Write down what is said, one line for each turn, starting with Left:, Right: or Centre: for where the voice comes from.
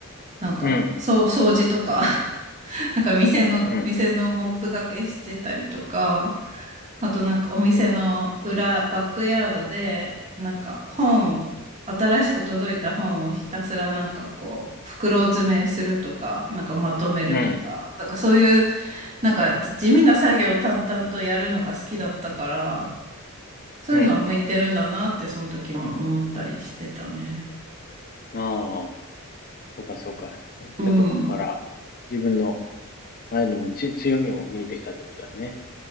Right: なんか、
Left: うん、
Right: そう、掃除とか。<laughs> なんか店の、
Left: うん、
Right: 店のモップがけしてたりとか、あとなんかお店の裏、バックヤードで、なんか本、新しく届いた本をひたすらなんかこう、袋詰めするとか、なんかまとめるとか、
Left: うん、
Right: なんかそういう、なんか地味な作業を淡々とやるのが好きだったから、そういうのは向いてるんだなって、
Left: うん。
Right: その時も思ったりしてたね。
Left: ああ、そうかそうか。そういったとこから自分の
Right: うん。
Left: ある意味つ強みも見えてきたってことだね。